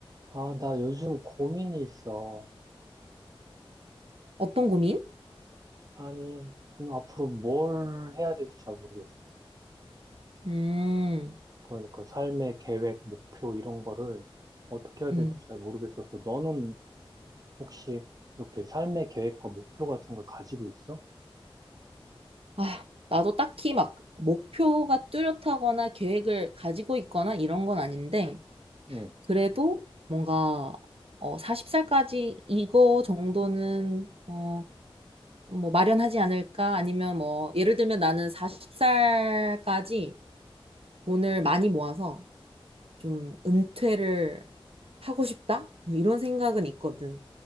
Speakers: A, on the right; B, on the right.
A: 아, 나 요즘 고민이 있어.
B: 어떤 고민?
A: 아니, 음, 앞으로 뭘 해야 될지 잘 모르겠어.
B: 음,
A: 그러니까 삶의 계획, 목표 이런 거를 어떻게 해야
B: 음.
A: 될지 잘 모르겠어서 너는 혹시 이렇게 삶의 계획과 목표 같은 걸 가지고 있어?
B: 아, 나도 딱히 막 목표가 뚜렷하거나 계획을 가지고 있거나 이런 건 아닌데,
A: 응.
B: 그래도 뭔가, 어, 40살까지 이거 정도는, 어, 뭐 마련하지 않을까? 아니면 뭐, 예를 들면 나는 40살까지 돈을 많이 모아서 좀 은퇴를 하고 싶다? 뭐 이런 생각은 있거든.